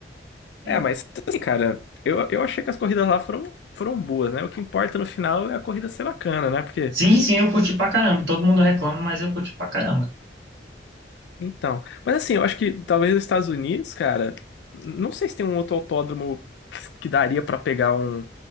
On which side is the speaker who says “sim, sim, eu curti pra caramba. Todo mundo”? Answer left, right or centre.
Right